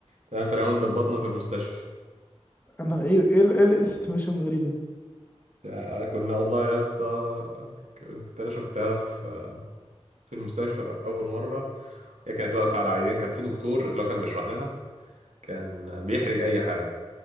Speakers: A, on the right; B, on the left.
A: تمام في راوند البطنه في المستشفى
B: انا ايه ايه ال- ايه السيتويشن الغريب ده
A: آه، كنا والله يا اسطى كنت انا شفتها في في المستشفى في اول مره هي كانت واقفه على عيان كان في دكتور اللي هو كان بيشرح لنا كان بيحرج اي حد